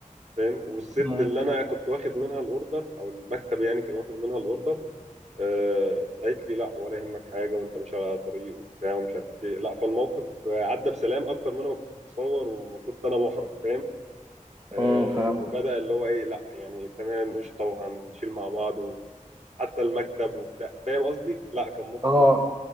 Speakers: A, on the right (about 55°); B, on the right (about 35°).
A: فاهم والست
B: مم.
A: اللي أنا كنت واخد منها الأوردر أو المكتب يعني كان واخد منها الأوردر آه، قالت لي لا ولا يهمك حاجة وأنت ماشي على طريق وبتاع ومش عارف إيه لا فالموقف آه، عدى بسلام أكتر ما أنا ما كنت متصور وما كنت أنا محرج فاهم آه،
B: مم. فهمت
A: وبدأ اللي هو ايه لا يعني تمام قشطه وهنشيل مع بعض وحتى المكتب وبتاع فاهم قصدي؟ لا كان موقف
B: اه
A: لذيذ